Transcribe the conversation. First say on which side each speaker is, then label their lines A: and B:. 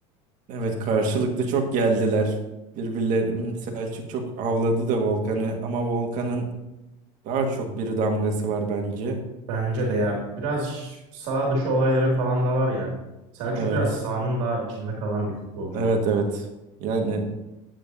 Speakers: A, on the right; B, on the right.
A: Evet, karşılıklı çok geldiler. Birbirlerini Selçuk çok avladı da Volkan'ı ama Volkan'ın daha çok bir damgası var bence.
B: Bence de ya biraz ş- sağ dışı olayları falan da var ya. Selçuk
A: Evet.
B: biraz sahanın daha içinde kalan bir futbolcu.
A: Evet, evet. Yani